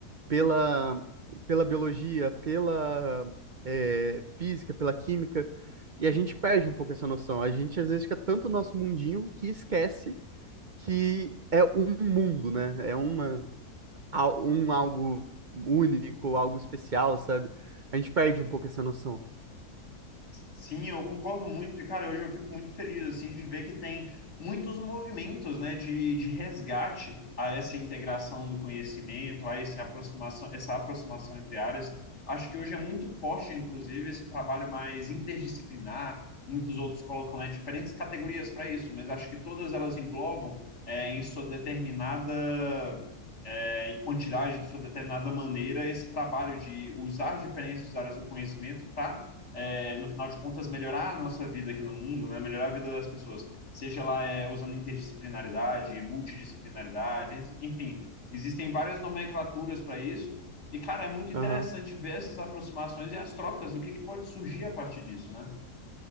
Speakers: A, on the right; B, on the left.
A: pela, pela biologia, pela é, física, pela química, e a gente perde um pouco essa noção. A gente às vezes fica tanto no nosso mundinho que esquece que é um mundo, né? É uma, al- um algo único, algo especial, sabe? A gente perde um pouco essa noção.
B: Sim, eu concordo muito. E, cara, hoje eu fico muito feliz, assim, de ver que tem muitos movimentos, né, de, de resgate a essa integração do conhecimento, a essa aproximação, essa aproximação entre áreas. Acho que hoje é muito forte, inclusive, esse trabalho mais interdisciplinar. Muitos outros colocam, né, diferentes categorias para isso, mas acho que todas elas englobam, é, em sua determinada é, quantidade, de sua determinada maneira, esse trabalho de usar as diferentes áreas do conhecimento para é, no final de contas, melhorar a nossa vida aqui no mundo, né? melhorar a vida das pessoas, seja lá é, usando interdisciplinaridade, multidisciplinaridade, enfim, existem várias nomenclaturas para isso. E, cara, é muito interessante
A: Aham.
B: ver essas aproximações e as trocas, o que, que pode surgir a partir disso, né?